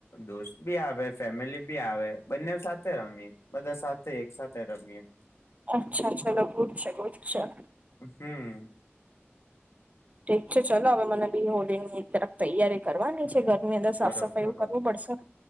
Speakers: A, on the left; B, on the right.
A: દોસ્ત ભી આવે. ફેમિલી બી આવે બંને સાથે રમીએ, બધા સાથે એક સાથે રમીએ
B: અચ્છા અચ્છા બુ જ છે બહ અચ્છા.
A: હમ.
B: ઠીક છે ચાલો હવે મને બી હોળની તરફ તૈયારી કરવાની છે ઘર એની અંદર
A: કરો
B: સાફ સફાઈું
A: કરો
B: કરવું પડશે.